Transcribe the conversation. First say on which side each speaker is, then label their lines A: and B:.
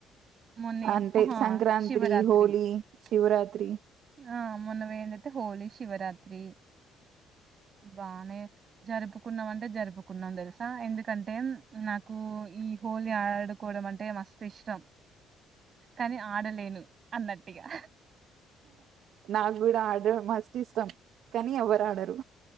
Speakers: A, on the right; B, on the right.
A: మొన్నేం
B: అంటే
A: ఆహా
B: సంక్రాంత్రీ,
A: శివరాత్రి
B: హోలీ శివరాత్రి.
A: ఆ మొన్న పోయిందైతే హోలీ, శివరాత్రీ. బానే జరుపుకున్నాం అంటే జరుపుకున్నాం తెలుసా. ఎందుకంటే, నాకు ఈ హోలీ ఆడుకోవడం అంటే మస్తు ఇష్టం. కానీ ఆడలేను అన్నట్టుగా.
B: నాకు గూడా ఆడడం మస్స్త్ ఇష్టం. కానీ ఎవరు ఆడరు.